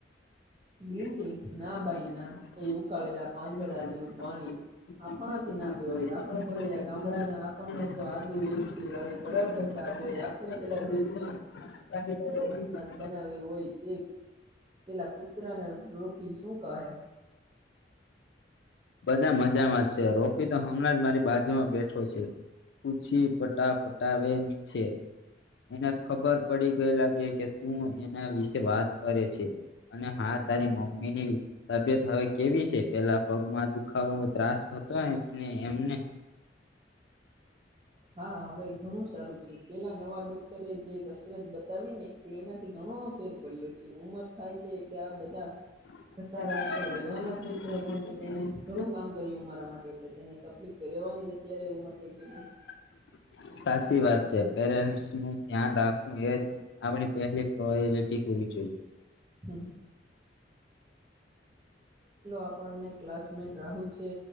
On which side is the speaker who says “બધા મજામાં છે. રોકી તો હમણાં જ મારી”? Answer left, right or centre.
Left